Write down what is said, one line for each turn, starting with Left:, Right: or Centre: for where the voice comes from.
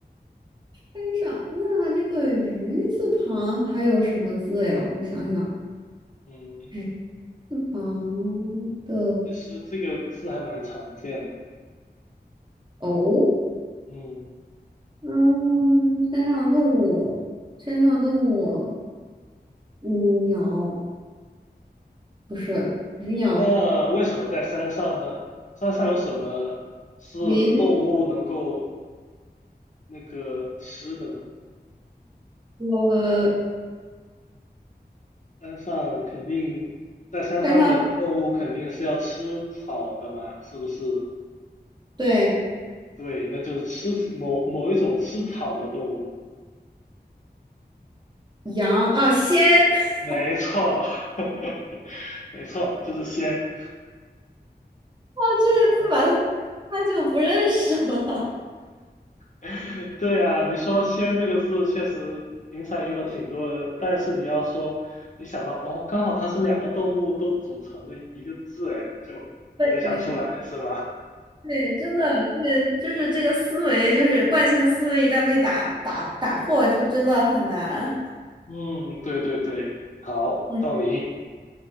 Right: 山上，那这个鱼字旁还有什么字呀？我想想，
Left: 嗯，
Right: 鱼字旁的
Left: 其实这个字还蛮常见的。
Right: 哦，
Left: 嗯，
Right: 嗯，山上的动物，山上的动物，嗯鸟不是鱼鸟
Left: 那为什么在山上呢？山上有什么是动物能够
Right: 云，
Left: 那个吃的呢？
Right: 我
Left: 山上肯定，在山上的动物肯定是要吃草的嘛，
Right: 山上
Left: 是不是？
Right: 对
Left: 对，那就是吃某某一种吃草的动物。
Right: 羊啊，仙，<laughs>
Left: 没错，<laughs> 没错，就是仙，
Right: 哦，
Left: 是吧？
Right: 这个字吧，他他就不认识了。<laughs>
Left: <laughs> 对啊，你说“仙”这个字确实平常用的挺多的，但是你要说你想到哦，刚好它是两个动物都组成的一个字，哎，就没想出来是吧？
Right: 对对，真的，这个就是这个思维，就是惯性思维，一旦被打打打破，就真的很难。
Left: <laughs> 嗯，对对对，好，
Right: 嗯，
Left: 到你，